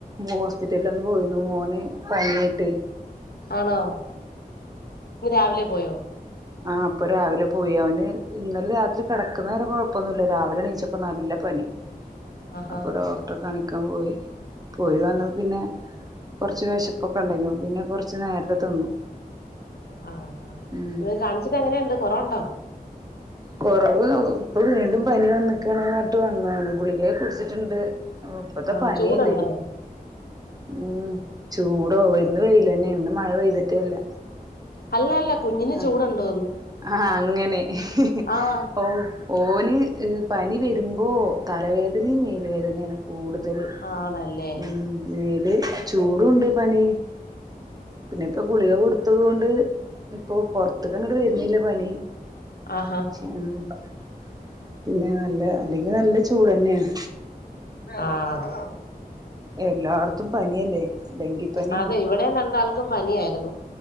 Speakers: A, on the right (about 25°); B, on the left (about 80°).
A: ഹോസ്പിറ്റൽലൊന്ന് പോയിന്നു മോന് പനിയായിട്ട്.
B: ആണോ ഇന്ന് രാവിലെ പോയോ?
A: ആ ഇപ്പ രാവിലെ പോയി. അവന് ഇന്നലെ രാത്രി കെടക്കുന്നവരെ കൊഴപ്പമൊന്നുല്ല രാവിലെ എണീച്ചപ്പ നല്ല പനി.
B: ആഹാ
A: അപ്പൊ ഡോക്ടറെ കണിക്കാൻ പോയി. പോയി വന്നപ്പ പിന്നെ കൊർച്ച് വെശപ്പൊക്കെ ഇണ്ടായിന്നു. പിന്നെ കൊർച്ച് നേരത്തെ തിന്നു.
B: ആഹ് ആഹ്
A: ഉം
B: ഇങ്ങ് കാണിച്ചിട്ട് എങ്ങനെണ്ട് കൊറവുണ്ടോ?
A: കൊറവ് ഇപ്പൊ വീണ്ടും പനി വന്ന്ക്കാണ്ർഞ്ഞിട്ട് വന്നാണ്. ഗുളികയെ കുടിച്ചിട്ട്ണ്ട്. ഓഹ് ഇപ്പത്തെ
B: ആഹ്
A: പനിയല്ലേ
B: ചൂടുണ്ടോ
A: ഉം ചൂ ട്ടോ ഇന്ന് വെയിലന്നെണ് ഇന്ന് മഴ പെയ്ത്ട്ടെ ഇല്ല.
B: ഹല്ല അല്ല കുഞ്ഞിന്
A: ആഹ്
B: ചൂടുണ്ടോന്ന്
A: ആഹ അങ്ങനെ ഇഹ് ഇഹ്
B: ആഹ്
A: ഓഹ് ഓന് പനി ഇഹ് വെര്മ്പോ തലവേദനിം മേല് വേദനെ ആണ്. കൂടുതല്
B: ആണല്ലേ
A: ഉം മേല് ചൂടുണ്ട് പനി. പിന്നെ, ഇപ്പ ഗുളിക കൊടുത്തത് കൊണ്ട് ഇപ്പൊ പൊർത്ത്ക്കങ്ങട്ട് വെര്ണില്ല പനി
B: ആഹാ
A: <unintelligible> പിന്നെ നല്ല അല്ലെങ്കി നല്ല ചൂടെന്നെണ്.
B: ആഹ്
A: എല്ലാർത്തും പനിയല്ലേ. ഡെങ്കിപ്പനിയും
B: അതെ ഇവിടെ രണ്ടാൾക്കും പനി ആയിരുന്നു.